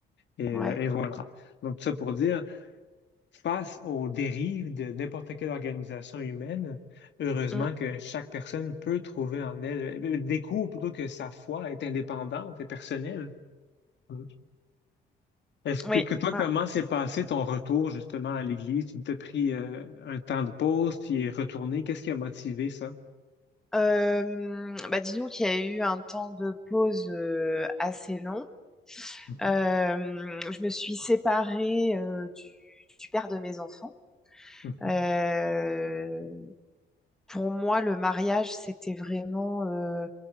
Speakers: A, on the left (about 65°); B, in the centre.
A: Et, euh,
B: Ouais.
A: et voilà. Donc, ça pour dire. Face aux dérives de n'importe quelle organisation humaine, heureusement
B: Mm.
A: que chaque personne peut trouver en elle, euh, découvre plutôt que sa foi est indépendante et personnelle. Mm. Est-ce
B: Oui.
A: que, que toi, comment
B: ouais.
A: s'est passé ton retour justement à l'église? Tu t'es pris euh, un temps de pause, tu y es retourné. Qu'est-ce qui a motivé ça?
B: Euh, bah disons qu'il y a eu un temps de pause euh, assez long.
A: Mhm,
B: Euh, je me suis séparée euh, du, du père de mes enfants.
A: mhm,
B: Euh, pour moi, le mariage, c'était vraiment euh,